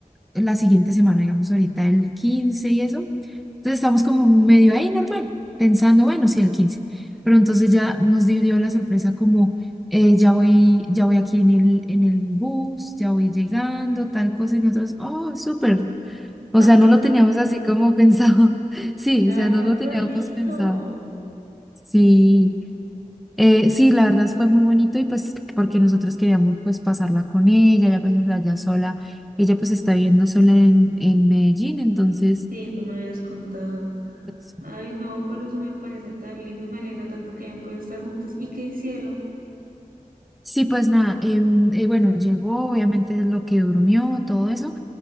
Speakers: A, in the centre; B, on the right.
A: la siguiente semana, digamos ahorita el 15 y eso, Entonces estamos como medio ahí normal, pensando, bueno, sí, el quince Pero entonces ya nos dio, dio la sorpresa como, eh, ya voy, ya voy aquí en el, en el bus, ya voy llegando, tal cosa, y nosotros, oh, súper. O
B: <laughs>
A: sea, no lo teníamos así como pensado. <laughs> Sí,
B: Ay,
A: o sea, no
B: no,
A: lo teníamos
B: pero lindo.
A: pensado. Sí, eh, sí, la verdad fue muy bonito y pues porque nosotros queríamos pues pasarla con ella, ya pues allá sola. Ella pues está viviendo sola en, en Medellín, entonces
B: Sí, tú me habías contado.
A: pues,
B: Ay, no, pero eso me parece tan lindo, me alegra tanto que hayan podido estar juntos. ¿Y qué hicieron?
A: Sí, pues nada, em, eh, bueno, llegó, obviamente lo que durmió, todo eso.